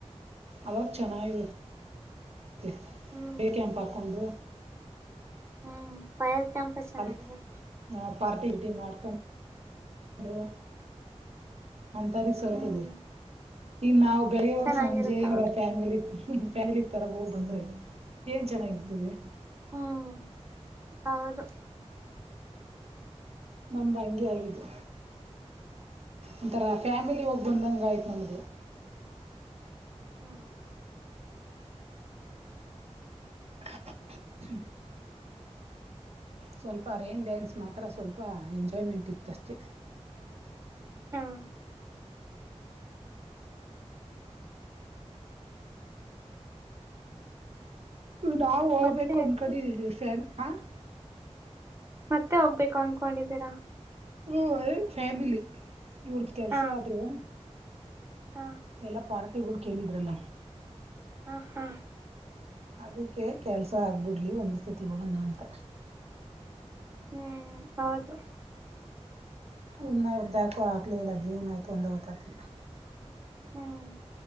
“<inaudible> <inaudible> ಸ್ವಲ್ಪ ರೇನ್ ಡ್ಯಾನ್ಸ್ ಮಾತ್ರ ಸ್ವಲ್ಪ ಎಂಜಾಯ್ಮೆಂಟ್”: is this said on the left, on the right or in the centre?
Right